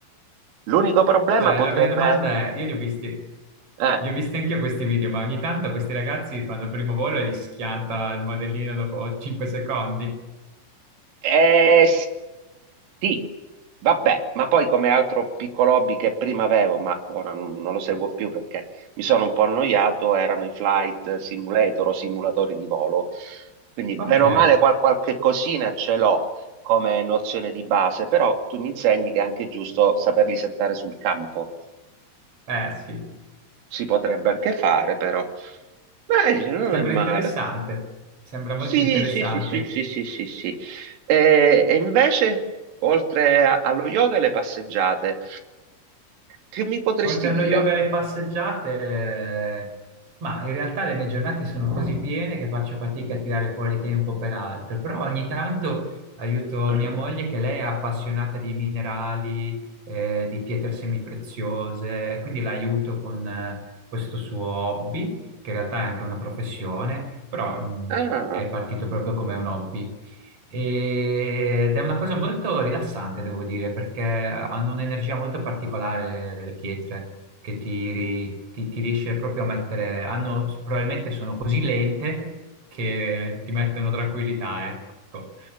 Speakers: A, on the right; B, on the right.
A: L'unico problema
B: Cioè,
A: potrebbe...
B: La mia domanda è, io li ho visti,
A: Eh,
B: li ho visti anche io questi video, ma ogni tanto questi ragazzi fanno il primo volo e gli schianta il modellino dopo 5 secondi.
A: eh, Sì, vabbè, ma poi come altro piccolo hobby che prima avevo, ma ora non non lo seguo più perché mi sono un po' annoiato, erano i flight simulator o simulatori di volo. Quindi
B: Ok,
A: bene o male qual- qualche cosina ce l'ho come nozione di base, però tu mi insegni che è anche giusto saperli settare sul campo.
B: eh sì.
A: Si potrebbe anche fare, però. Beh, dice, non
B: Sembra
A: è male.
B: interessante, sembra
A: Sì,
B: molto interessante.
A: sì, sì, sì, sì, sì, sì, sì. E, e invece, oltre a- allo yoga, le passeggiate. Che mi potresti
B: Oltre allo
A: dire?
B: yoga e alle
A: <clears throat>
B: passeggiate, eh, ma in realtà le mie giornate sono così piene che faccio fatica a tirare fuori tempo per altro, però ogni tanto aiuto
A: Mm.
B: mia moglie che lei è appassionata di minerali, eh, di pietre semipreziose, quindi l'aiuto con eh, questo suo hobby, che in realtà è anche una professione, però mm,
A: Ah,
B: è partito proprio come un hobby. Ed è una cosa molto rilassante, devo dire, perché hanno un'energia molto particolare le pietre che ti, ri- ti, ti riesce proprio a mettere, hanno, probabilmente sono così lente che ti mettono tranquillità, ecco.